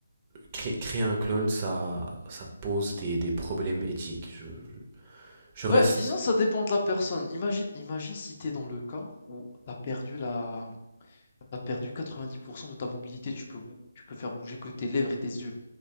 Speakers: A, on the right; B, on the left.
A: cré- créer un clone, ça, ça pose des, des problèmes éthiques. Je, je- je
B: Ben,
A: reste...
B: disons, ça dépend de la personne. Imagine, imagine si t'es dans le cas où t'as perdu la, t'as perdu 90% de ta mobilité. Tu peux, bou- tu peux faire bouger que tes lèvres et tes yeux.